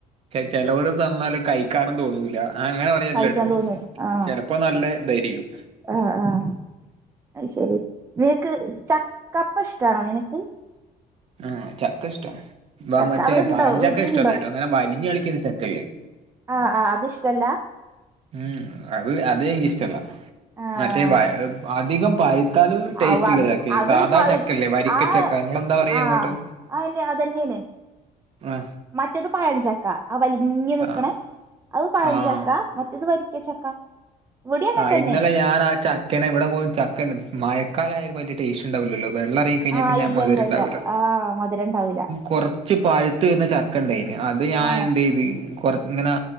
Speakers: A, on the right; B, on the right.
A: ചെലോര് തന്നാല് കഴിക്കാനും തോന്നൂല്ല ആഹ് അങ്ങനെ പറയല്ലാട്ടോ
B: കഴിക്കാൻ തോന്നും ആഹ്
A: ചെലപ്പോ നല്ല ഇതായിരിക്കും
B: ആഹ് ആഹ് അത് ശരി നിനക്ക് ചക്കപ്പഷ്ടാണോ നിനക്ക്
A: ആഹ് ചക്കഷ്ട്ടാ ഇപ്പ
B: ചക്ക
A: മറ്റേ
B: അവിടെ ഇണ്ടോ
A: പഴഞ്ചക്ക
B: വീട്ടിലുണ്ടോ
A: ഇഷ്ടല്ലാട്ടോ അങ്ങനെ വലിഞ്ഞ് കളിക്കുന്ന ചക്കല്ലേ
B: ആഹ് ആഹ് അതിഷ്ട്ടല്ലാ
A: ഉം അത് അത് എനിക്കിഷ്ടല്ല
B: ആഹ്
A: മറ്റേ അധികം പഴു ലും ടേസ്റ്റ്
B: ആവു
A: ഉള്ള
B: അത്
A: ചക്കയാ
B: അത്
A: സാധാ
B: പഴു
A: ചക്കേല്ലേ വരിക്ക
B: ആഹ്
A: ചക്ക നിങ്ങെളന്താ പറയാ
B: ആഹ്
A: അങ്ങോട്ട്
B: അയെന്നെ അതന്നെയാണ്
A: ആഹ്
B: മറ്റേത് പഴഞ്ചക്ക ആ വലിഞ്ഞ് നിക്ക്ണേ
A: ആഹ്
B: അത് പഴഞ്ചക്ക
A: ആഹ്
B: മറ്റേത് വരിക്ക ചക്ക. ഇവിടേം അങ്ങനെ
A: ആഹ്
B: തന്നെ
A: ഇന്നലെ ഞാൻ ആ ചക്കനെ ഇവിടെ മൂന്ന് ചക്കണ്ട് മയക്കാലായ വല്യ ടേസ്റ്റ് ഇണ്ടാവുലല്ലോ വെള്ളം ഇറങ്ങി കഴിഞ്ഞാൽ
B: ആഹ്
A: പിന്നെ
B: ഇല്ല
A: മധുരം
B: ഇല്ല
A: ഉണ്ടാവൂല്ല
B: ഇല്ല ആഹ് മധുരം ഇണ്ടാവൂല
A: കൊറച്ച് പഴുത്ത് വരുന്ന ചക്കയുണ്ടായിന് അത് ഞാൻ
B: ആഹ്
A: എന്ത് ചെയ്ത് കൊറ ഇങ്ങനെ